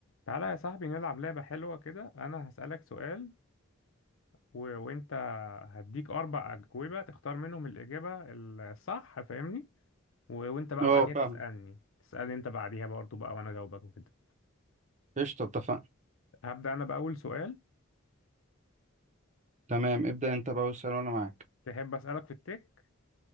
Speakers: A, on the left; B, on the right.
A: تعالى يا صاحبي نلعب لعبة حلوة كده أنا هسألك سؤال و... وأنت هديك أربع أجوبة تختار منهم الإجابة الصح فاهمني و... وأنت بقى
B: اه
A: بعديها اه
B: فاهم
A: تسألني تسألني أنت بعديها برضه بقى وأنا أجاوبك وكده
B: قشطة اتفقنا
A: هبدأ أنا بأول سؤال
B: تمام ابدأ انت بقى سؤال وانا معاك
A: تحب أسألك في التك